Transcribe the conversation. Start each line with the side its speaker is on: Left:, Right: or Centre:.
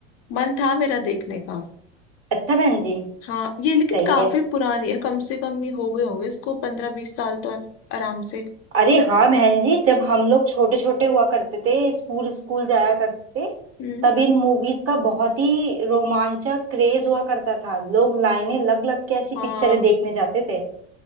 Left: मन था मेरा देखने का
Right: अच्छा बहन जी
Left: हाँ ये लेकिन
Right: सही
Left: काफी
Right: है
Left: पुरानी है कम से कम ये हो गए होंगे इसको पंद्रह बीस साल तो आराम से
Right: अरे हाँ बहन जी जब हम लोग छोटे छोटे हुआ करते थे स्कूल स्कूल जाया करते थे
Left: हम्म
Right: तब इन मूवीज का बहुत ही रोमांचक क्रेज हुआ करता था लोग लाइनें लग लग के ऐसी
Left: हाँ
Right: पिक्चरें देखने जाते थे